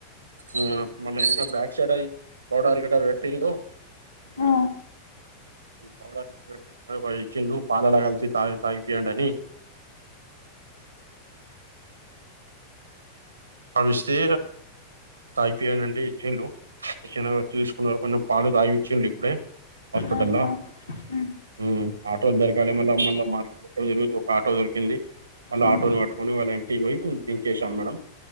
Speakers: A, on the right; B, on the left.
A: ఉమ్ ఆ మళ్ళీ వెనక బ్యాక్ సైడ్ అయ్య పౌడర్ గిటర్ పెట్టింళు
B: ఆ,
A: పౌడర్ గర్ పెట్టి ఇచ్చింళు పాలలా కలిసి తాగి తాగిపోయాడి అని కవిస్తే తాగిపోయాాలంటే ఇచ్చింళు ఇచ్చిన చూసుకున్నారు కొంచెం పాలు తాగి ఇచ్చిరు ఇప్పుడే హాస్పిటల్ల్లో
B: ఆహా, ఉమ్,
A: ఉమ్ ఆటోలు దొరకాలి మళ్ళీ మళ మార్కెట్ మం జరుగుంది ఒక ఆటో దొరికింది మళ్ళ
B: ఉమ్,
A: ఆటోని పట్టుకొని వాళ్ళ ఇంటికి పోయి దించేసాం మేడం